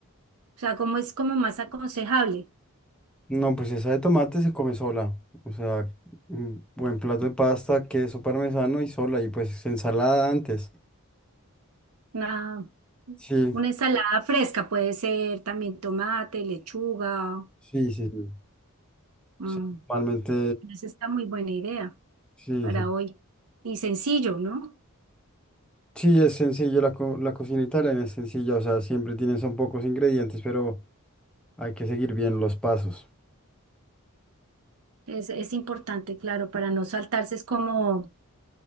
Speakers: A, on the right (about 80°); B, in the centre.
A: O sea, cómo es como más aconsejable.
B: No, pues esa de tomate se come sola, o sea, un buen plato de pasta, queso parmesano y sola, y pues ensalada antes.
A: Una,
B: Sí,
A: una ensalada fresca puede ser también tomate, lechuga.
B: sí, sí. sí.
A: mm,
B: O sea, normalmente,
A: Esa está muy buena idea
B: sí,
A: para
B: sí.
A: hoy. Y sencillo, ¿no?
B: Sí, es sencillo, la, co- la cocina italiana es sencilla, o sea, siempre tienen, son pocos ingredientes, pero hay que seguir bien los pasos.
A: Es, es importante, claro, para no saltarse, es como